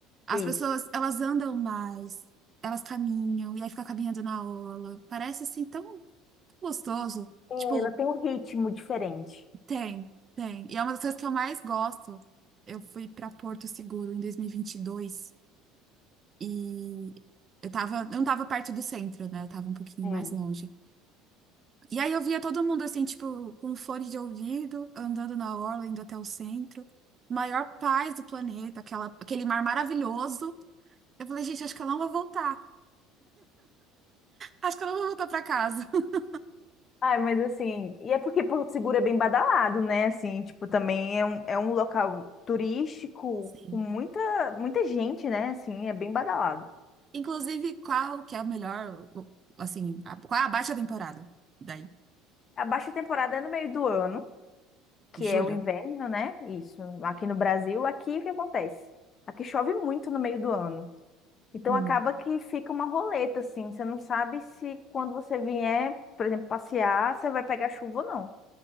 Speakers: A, on the right (about 25°); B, on the left (about 30°).
A: As
B: isso.
A: pessoas, elas andam mais, elas caminham, e aí fica caminhando na orla. Parece assim tão, tão gostoso.
B: É,
A: Tipo,
B: Ela tem um ritmo diferente.
A: tem, tem. E é uma das coisas que eu mais gosto. Eu fui pra Porto Seguro em 2022. E eu tava, eu não tava perto do centro, né? Eu tava um pouquinho
B: Hum.
A: mais longe. E aí eu via todo mundo assim, tipo, com fone de ouvido, andando na orla, indo até o centro. Maior paz do planeta, aquela, aquele mar maravilhoso. Eu falei, gente, acho que eu não vou voltar. Acho que eu não vou voltar pra casa. <laughs>
B: Ai, mas assim, e é porque Porto Seguro é bem badalado, né? Assim, tipo, também é um, é um local turístico
A: Sim.
B: com muita, muita gente, né? Assim, é bem badalado.
A: Inclusive, qual que é o melhor, o- assim, a- qual é a baixa temporada? Daí,
B: A baixa temporada é no meio do ano, que
A: julho?
B: é o inverno, né? Isso. Aqui no Brasil, aqui o que acontece? Aqui chove muito no meio do ano. Então
A: Hum,
B: acaba que fica uma roleta, assim. Você não sabe se quando você vier, por exemplo, passear, você vai pegar chuva ou não.